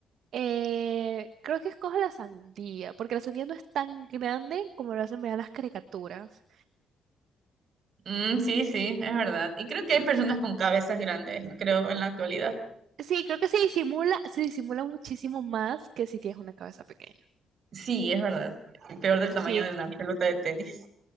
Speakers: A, on the right; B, on the right.
A: Eh, creo que escojo la sandía, porque la sandía no es tan grande como lo hacen ver en las caricaturas.
B: Mm, sí, sí, es verdad. Y creo que hay personas con cabezas grandes, creo, en la actualidad.
A: Sí, creo que se disimula, se disimula muchísimo más que si tienes una cabeza pequeña.
B: Sí, es verdad. Peor del tamaño
A: Sí,
B: de una pelota de tenis.